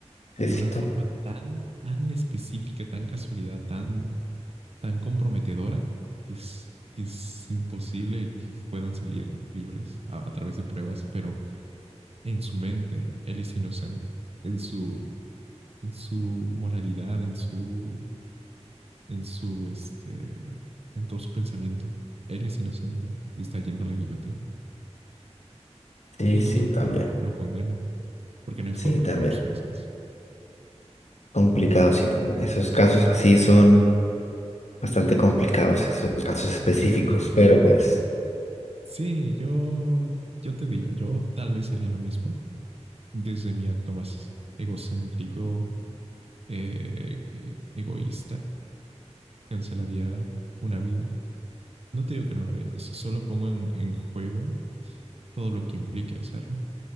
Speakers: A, on the left (about 75°); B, on the right (about 60°).
A: Sí,
B: de
A: sí,
B: una
A: tam-
B: forma tan, tan específica, tan casualidad, tan, tan comprometedora que es, que es imposible que puedan salir libres a a través de pruebas, pero en su mente él es inocente en su en su moralidad, en su, en su, este, en todo su pensamiento. Él es inocente y está yendo a la guillotina.
A: sí,
B: Y todo
A: sí,
B: el mundo
A: también.
B: lo, lo condena, porque no hay forma
A: Sí, también.
B: de probar su inocencia.
A: Complicado, sí, también. Esos casos así son bastante complicados, esos casos específicos,
B: <laughs>
A: pero pues,
B: Sí, yo, yo te digo, yo tal vez haría lo mismo desde mi acto más egocéntrico, eh, eh, egoísta. Cancelaría una vida. No te digo que no lo haría, solo pongo en, en juego todo lo que implique hacerlo,